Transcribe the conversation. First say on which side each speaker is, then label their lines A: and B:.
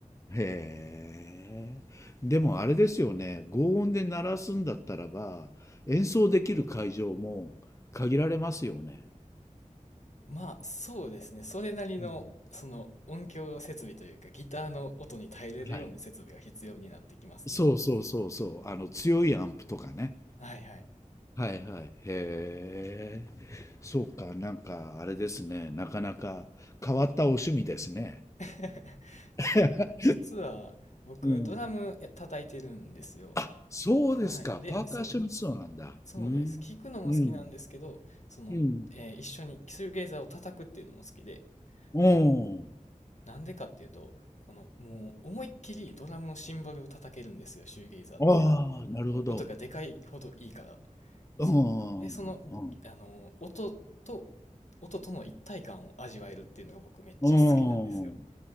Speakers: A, on the left; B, on the left.
A: へえ。でもあれですよね、強音で鳴らすんだったらば、演奏できる会場も限られますよね。
B: まあ、そうですね。それなりの、
A: うん
B: その音響設備というか、ギターの音に耐えれるような設備が必要になってきますね。
A: はい。そうそうそうそう。あの、強いアンプとかね。
B: はいはい。
A: はいはい。へえ。そうか、なんか、あれですね。なかなか変わったお趣味ですね。
B: <laughs> そう、
A: <laughs>
B: 実は僕ドラムや叩いてるんですよ。
A: うん。あ、そうですか。
B: はい。で、
A: パーカッショニストなんだ。
B: そう、そうです。
A: うん。
B: 聞くのも好きなんですけど、
A: うん。
B: その、
A: うん。
B: えー一緒にシューゲイザーを叩くっていうのも好きで、
A: うん。
B: あの、なんでかっていうと、この、もう思いっきりドラムのシンバルを叩けるんですよ、シューゲイザーって。
A: ああ、なるほど。
B: 音がでかいほどいいから。そう。
A: う
B: で、その、
A: ん。うん。
B: あの、音と、音との一体感を味わえるっていうのが僕めっちゃ好きなんですよ。
A: うん。